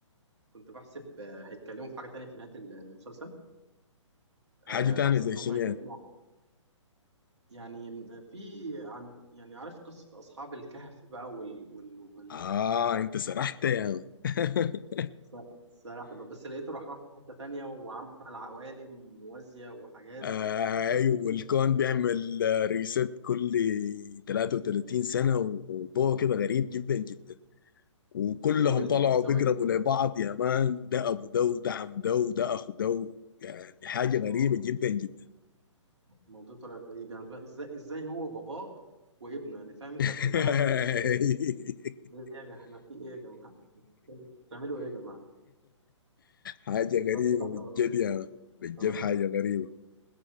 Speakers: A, on the right (about 60°); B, on the left (about 45°).
A: كنت بحسب آه، هيتكلموا في حاجه تانية في نهايه ال- المسلسل
B: حاجة
A: آه،
B: تانية
A: بحسب
B: زي
A: ان
B: شنو
A: هم هيتكلموا
B: يعني
A: يعني في عن يعني عارف قصه اصحاب الكهف بقى وال وال وال
B: آه أنت سرحت يا يعني. <laughs>
A: ف- سلاحف بس لقيته راح راح في حته تانية وعمل عوالم موازيه وحاجات
B: أيوه
A: آه،
B: الكون بيعمل ريست كل 33 سنة وموضوع كده غريب جدا جدا وكلهم
A: فزاولني
B: طلعوا
A: زاولني
B: بيقربوا لبعض يا مان ده ابو ده وده عم ده وده اخو ده يعني حاجة غريبة
A: اه
B: جدا جدا
A: الموضوع طلع غريب يعني فا- ازاي ازاي هو باباه وابنه يعني فاهم انت
B: <laughs>
A: دماغك بت بت- ايه يا جماعه احنا في ايه يا جماعه بتعملوا ايه يا جماعه
B: حاجة غريبة
A: بس لا
B: بالجد
A: كان رهيب
B: يا مان. بالجد
A: كان رهيب
B: حاجة غريبة